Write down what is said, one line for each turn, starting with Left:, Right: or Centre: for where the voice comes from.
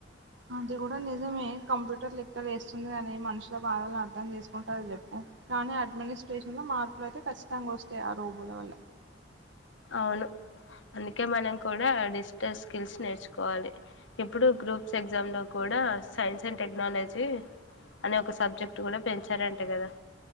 Right: అది కూడా నిజమే కంప్యూటర్ టర్ లిక్కర్ వేస్తుంది అని మనుషుల బాధలను అర్థం చేసుకుంటారు చెప్పు కానీ అడ్మినిస్ట్రేషన్ లో మార్పులు అయితే ఖచ్చితంగా వస్తాయి ఆ రోబుల వల్ల
Left: అవును అందుకే మనం కూడా డిజిటల్ స్కిల్స్ నేర్చుకోవాలి ఇప్పుడు గ్రూప్స్ ఎగ్జామ్లో కూడా సైన్స్ అండ్ టెక్నాలజీ అనే ఒక సబ్జెక్ట్ కూడా పెంచారంట కదా